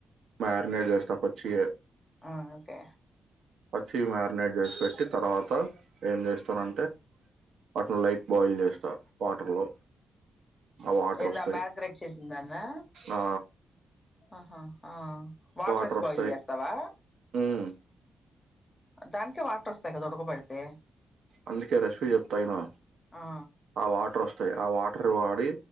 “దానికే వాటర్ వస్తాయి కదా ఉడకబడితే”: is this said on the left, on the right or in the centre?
Left